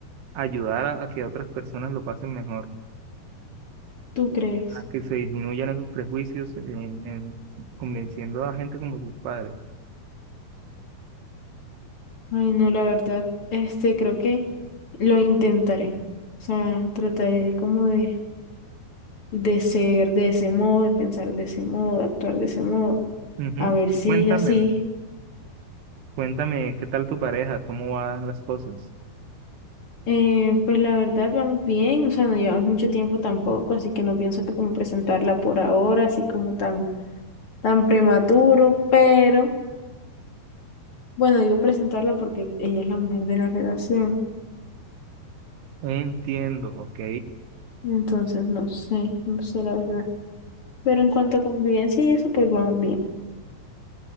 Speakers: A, on the right (about 80°); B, on the left (about 35°).
A: ayudar a, a que otras personas lo pasen mejor,
B: ¿tú crees?
A: a que se disminuyan esos prejuicios en, en convenciendo a gente como tus padres.
B: Ay, no, la verdad, este, creo que lo intentaré. O sea, trataré como de, de ser de ese modo, de pensar de ese modo, de actuar de ese modo.
A: Ujú.
B: A ver
A: Y
B: si
A: cuéntame,
B: así.
A: cuéntame qué tal tu pareja, cómo van las cosas.
B: Eh, pues la verdad, vamos bien. O sea, no llevamos mucho tiempo tampoco, así que no pienso como presentarla por ahora, así como tan, tan prematuro. Pero, bueno, digo presentarla porque ella es la mujer de la relación.
A: Entiendo, ok,
B: Entonces, no sé, no sé la verdad. Pero en cuanto a convivencia y eso, pues vamos bien.